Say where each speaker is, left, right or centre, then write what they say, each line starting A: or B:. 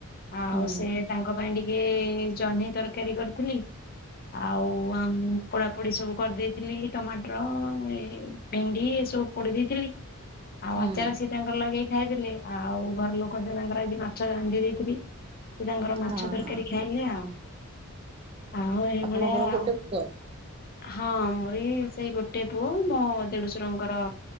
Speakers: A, on the left; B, on the right.
A: ଆଉ
B: ହୁଁ
A: ସେ ତାଙ୍କ ପାଇଁ ଟିକେ ଜହ୍ନି ତରକାରୀ କରିଥିଲି ଆଉ ଆମ ପୋଡାପୋଡି ସବୁ କରିଦେଇଥିଲି ଟମାଟର ଏଇ ଭେଣ୍ଡି ଏ ସବୁ ପୋଡି ଦେଇଥିଲି। ଆଉ
B: ହୁଁ
A: ଆଚାର ସିଏ ତାଙ୍କର ଲଗେଇି ଖାଇଦେଲେ ଆଉ ଘର ଲୋକ ସେ ତାଙ୍କର ଆଜି ମାଛ ରାନ୍ଧି ଦେଇଥିବି ସେ ତାଙ୍କର ମାଛ
B: ହଁ
A: ତରକାରୀ
B: ହଁ
A: ଖାଇଲେ
B: ହଁ
A: ଆଉ ଆଉ
B: ଆପଣଙ୍କର
A: ଏଇ ଭଳିଆ ଆଉ
B: ଗୋଟେ ପୁଅ?
A: ହଁ ମୋର ଏଇ ସେଇ ଗୋଟେ ପୁଅ ମୋ ଦେଢଶୁରଙ୍କର